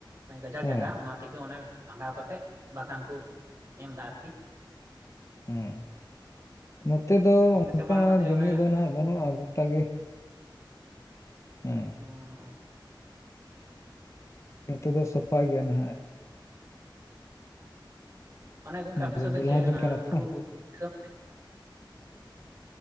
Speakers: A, on the right (about 35°); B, on the left (about 35°).
A: ᱜᱟᱡᱟᱲ
B: ᱦᱮᱸ
A: ᱡᱟᱭᱜᱟ᱾ ᱚᱱᱟ ᱛᱮᱜᱮ ᱚᱱᱮ ᱵᱷᱟᱜᱟ-ᱣ ᱠᱟᱛᱮᱫ᱾ ᱵᱟᱜᱟᱱ ᱠᱚ, ᱮᱢ ᱮᱫᱟ ᱟᱨᱠᱤ
B: ᱦᱩᱸ᱾ ᱱᱚᱛᱮ ᱫᱚ,
A: ᱟᱞᱮ ᱱᱚᱛᱮ
B: ᱚᱱᱠᱟ
A: ᱢᱟ ᱮᱱᱛᱮ
B: ᱡᱚᱢᱤ
A: ᱚᱱᱮ
B: ᱫᱚ ᱱᱟᱜ᱾ ᱵᱟᱹᱱᱩᱜ-ᱟ᱾ ᱜᱚᱴᱟ ᱜᱮ ᱦᱩᱸ᱾
A: ᱦᱟᱸ᱾
B: ᱱᱚᱛᱮ ᱫᱚ, ᱥᱟᱯᱟᱭ ᱜᱮᱭᱟ᱾ ᱱᱟᱦᱟ-ᱜ
A: ᱚᱸᱻ ᱢᱟᱱᱮ ᱜᱚᱝᱠᱮ
B: ᱱᱚᱛᱮ
A: ᱟᱯᱮ ᱥᱮᱫ ᱫᱚ
B: ᱫᱚᱞᱦᱟ
A: ᱪᱮᱫ᱾
B: ᱡᱚᱢ
A: ᱚᱱᱟ
B: ᱠᱟᱱᱟ
A: ᱵᱩᱨᱩ
B: ᱛᱚ
A: ᱫᱤᱥᱚᱢ